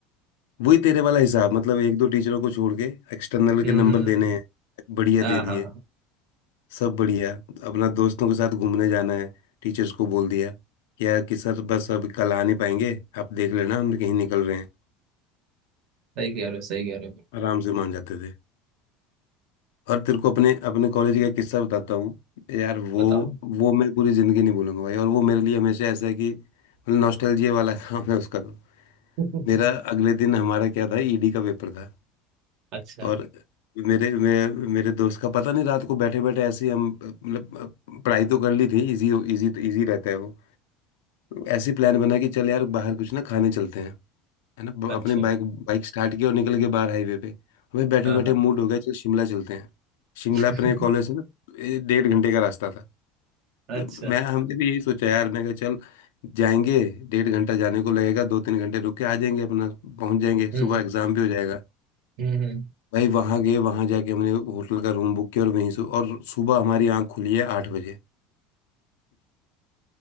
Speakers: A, on the left; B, on the right.
A: वही तेरे वाला हिसाब मतलब एक दो टीचरों को छोड़ के एक्सटर्नल
B: हम्म
A: के नंबर
B: हम्म,
A: देने
B: हम्म।
A: हैं बढ़िया
B: हाँ
A: दे
B: हाँ
A: दिए
B: हाँ,
A: सब बढ़िया अपना दोस्तों के साथ घूमने जाना है टीचर्स को बोल दिया क्या कि सर बस अब कल आ नहीं पाएंगे आप देख लेना हम कहीं निकल रहे हैं
B: सही कह रहे हो सही कह रहे हो
A: आराम से मान जाते थे और तेरे को अपने अपने कॉलेज का किस्सा बताता हूँ यार वो
B: बताओ
A: वो मैं पूरी ज़िंदगी नहीं भूलूंगा भाई और वो मेरे लिए हमेशा ऐसा है कि मतलब नॉस्टैल्जिया वाला <laughs> काम है उसका तो
B: <laughs>
A: मेरा अगले दिन हमारा क्या था ईडी का पेपर था
B: अच्छा
A: और मेरे मे, मेरे दोस्त का पता नहीं रात को बैठे बैठे ऐसे ही हम अ, मतलब अ, पढ़ाई तो कर ली थी इजी इजी इजी रहता है वो ऐसी प्लान बना कि चल यार बाहर कुछ ना खाने चलते हैं है ना ब-
B: अच्छा
A: अपने बाइक बाइक स्टार्ट किया और निकल गए बाहर हाईवे पे हमें बैठे
B: हाँ
A: बैठे
B: हाँ
A: मूड हो गया चल शिमला चलते हैं शिमला
B: <laughs>
A: अपने कॉलेज से ना ए, डेढ़ घंटे का रास्ता था
B: अच्छा
A: तो मैं हमने भी यही सोचा यार मैं कहा चल जाएंगे डेढ़ घंटा जाने को लगेगा दो तीन घंटे रुक के आ जाएंगे अपना पहुंच जाएंगे सुबह
B: हम्म
A: एग्जाम भी हो जाएगा
B: हम्म
A: भाई वहां गए वहां जाके हमने होटल का रूम बुक किया और वहीं से और सुबह हमारी आंख खुली है आठ बजे